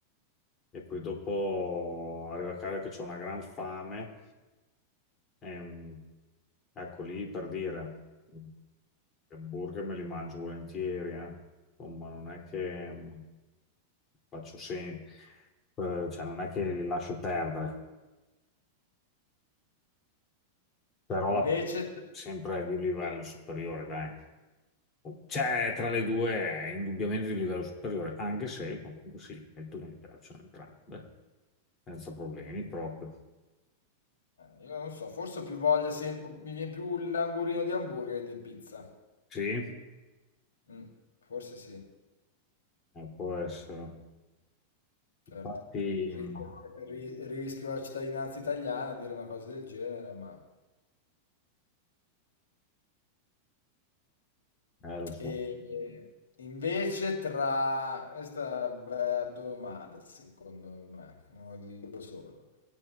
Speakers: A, on the left (about 30°); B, on the left (about 85°).
A: e poi dopo arrivo a casa che ho una gran fame Ehm, ecco lì per dire, gli hamburger me li mangio volentieri, eh. Insomma, non è che mh, faccio sen- eh, cioè non è che li lascio perdere, però
B: E
A: alla
B: invece,
A: fine
B: t
A: sempre di un livello superiore, dai. C'è tra le due è indubbiamente di livello superiore, anche se comunque sì, metto che mi piacciono entrambe, senza problemi proprio.
B: eh, io non so, forse ho più voglia sem mi vien più l'angurino di hamburger che di pizza.
A: Sì, eh,
B: Mh, forse sì,
A: può essere.
B: certo.
A: Infatti.
B: Ri ri
A: mm,
B: ri rischio la cittadinanza italiana a dire una cosa del genere, ma
A: Eh, lo so.
B: ehm, invece tra questa è una bella domanda secondo me, non lo dico solo.